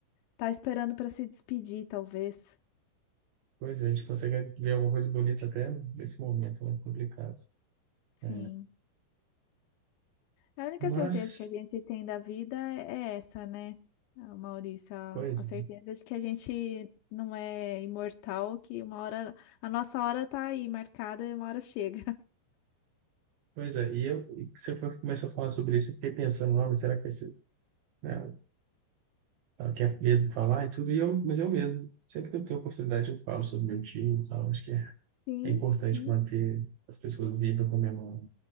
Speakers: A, on the left (about 90°); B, on the right (about 75°).
A: tá esperando para se despedir, talvez.
B: pois é, a gente consegue ver alguma coisa bonita até nesse momento, né? Complicado.
A: Sim.
B: É,
A: A única
B: mas,
A: certeza que a gente tem da vida é é essa, né, Maurício? A
B: pois,
A: a
B: é.
A: certeza de que a gente não é imortal, que uma hora, a nossa hora tá aí marcada e uma hora chega. <laughs>
B: pois é, e eu, e você foi, começou a falar sobre isso, eu fiquei pensando, não, mas será que esse, né, ela quer mesmo falar e tudo, e eu, mas eu mesmo, sempre que eu tenho oportunidade eu falo sobre meu tio e tal, acho que é,
A: Sim,
B: é importante
A: sim,
B: manter as pessoas vivas na memória.